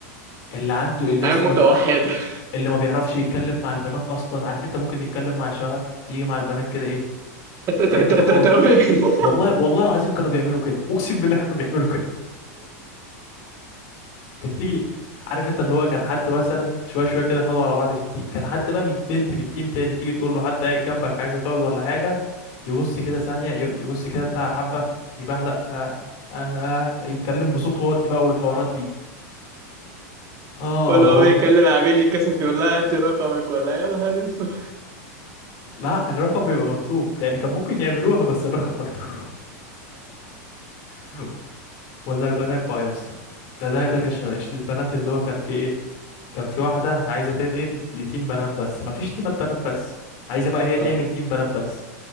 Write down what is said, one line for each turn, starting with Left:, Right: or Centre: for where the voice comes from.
Left: اللي عنده اللي
Right: عين
Left: اصلا
Right: متوحدة
Left: ما بي...
Right: <laughs>
Left: اللي ما بيعرفش يتكلم مع البنات اصلا عارف انت ممكن تتكلم مع الشباب يجي مع البنات كده ايه
Right: ت- ت-
Left: تاكد
Right: ت-
Left: خالص
Right: ت- تمام
Left: والله والله العظيم كانوا بيعملوا كده اقسم بالله كانوا بيعملوا كده كانت تيجي عارف انت اللي هو كان حد مثلا شويه شويه كده خدوا على بعض في التيم كان حد بقى من بنت من تيم تاني تيجي تقول له حد قاعد جنبك عايزه تقعد ولا حاجه يبص كده ثانيه ي- يبص كده بتاع حبه يبعلق ف آه، آه، يتكلم بصوت واطي بقى والحوارات دي اه
Right: ولا هو
Left: والله
Right: بيكلم عميل يتكسف يقول لها هاتي رقمك ولا إيه؟ يا نهار اسود
Left: لا الرقم بيبقى مكتوب يعني كان ممكن يعملوها بس الرقم مكتوب <laughs> ولا البنات بقى يا اسطى ده ده ده كان شباب البنات اللي هو كان في ايه كان في واحدة عايزة تنقل لتيم بنات بس مفيش تيمات بنات بس عايزة بقى هي
Right: اه
Left: تعمل تيم بنات بس